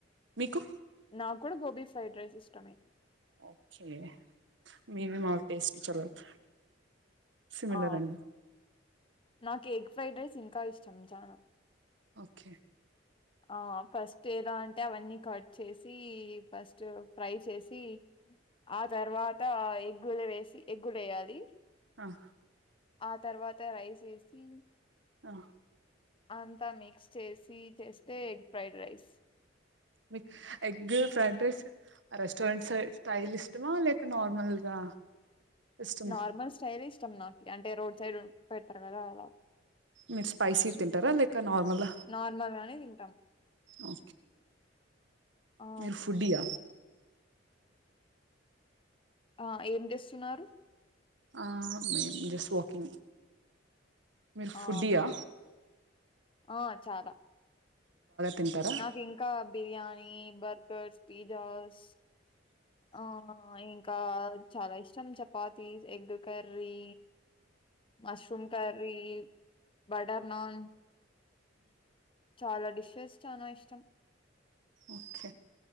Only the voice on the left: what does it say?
నాకు కూడా గోబీ ఫ్రైడ్ రైస్ ఇష్టమే
ఆ
నాకు ఎగ్ ఫ్రైడ్ రైస్ ఇంకా ఇష్టం చానా
ఆ ఫస్ట్ ఎలా అంటే అవన్నీ కట్ చేసి ఫస్ట్ ఫ్రై చేసి ఆ తర్వాత్ అంత ఎగ్గులు వేసి ఎగ్గులు వేయాలి
ఆ తర్వాత రైస్ ఏసి
అంతా మిక్స్ చేసి చేస్తే ఎగ్ ఫ్రైడ్ రైస్
నార్మల్ స్టైల్ ఇష్టం నాకు అంటే రోడ్ సైడ్ పెడతారు కదా అలా
నార్మల్ గానే తింటాం
ఆ
ఆ ఏం తెస్తున్నారు
ఆ
ఆ చానా
నాకు ఇంకా బిర్యానీ బర్గర్స్ పీజాస్ ఆ ఇంకా చాలా ఇష్టం chapati egg curry mushroom curry butter naan చాలా డిషెస్ చానా ఇష్టం